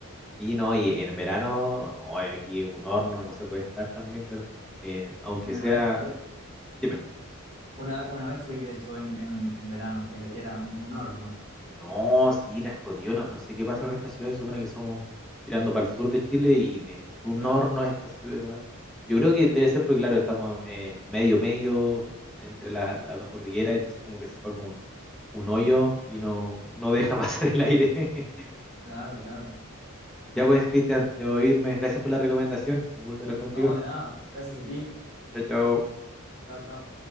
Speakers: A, in the centre; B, on the right.
A: Sí, no, y en verano, no, eh, aquí es un horno, no se puede estar también, claro. Eh, aunque
B: Una
A: sea,
B: vez, yo,
A: dime,
B: una, ve- una vez fui, de hecho, en, en, en verano, e- era un horno.
A: no, sí, la jodió, no, no sé qué pasa con esta ciudad, se supone que somos tirando para el sur de Chile y ni es un
B: Claro,
A: horno esta ciudad. Yo creo que debe ser porque, claro, estamos eh, medio, medio eh, entre la- las dos cordilleras, entonces como que se forma un, un hoyo y no, no deja <laughs> pasar el aire. <laughs>
B: claro, claro.
A: Ya pues, Cristian, debo irme. Gracias por la recomendación. Un gusto hablar contigo.
B: No, de nada, gracias a ti.
A: Chao, chao.
B: Chao, chao.